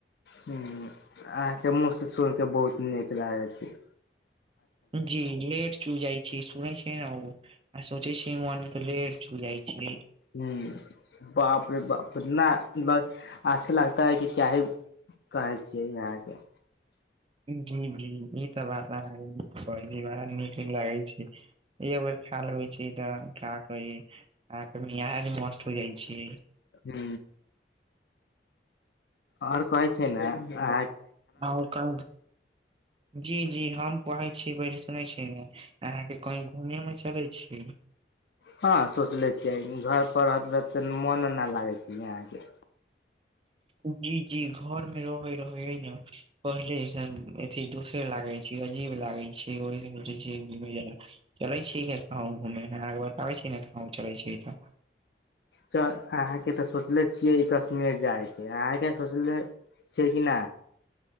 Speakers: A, on the left (about 70°); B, on the right (about 30°).
A: ह अहाँके मुहसँ सुन के बहुत नीक लागै छी
B: जी लेट चू जाइ छै सुनै छै ने ओ आ सोचे छै मन मे तऽ लेर चू जाइ छै
A: ह बाप रे ना ना अच्छा लगता है कि क्या ह कहै छियै यहाँके
B: जी जी ई तऽ बात अहाँकेजी ब नीक लागे छै एक बैर खा लगे छै तऽ के आ के मिियज मस्त हो जाय छै
A: हू आओर कहै छै ने अह
B: आ ओ जी जी हम कहे छीयै सुनै छी ने अहाँके कही घूमे मे चलै छी की
A: हँ सोचले छियै घर पर रहत रह मोन नहि लागै छै यहके
B: जी जी घर मे रहे रहै ह ने पहिले अ दोसर लागे छै अजीब लागे छै ओहि घुय चलै छी कह घूमे बताबै छी कहँ चलै छी तऽ
A: च अहाँके तऽ सोचले छियै ई कश्मीर जायके अहाँके सोचल छिए कि न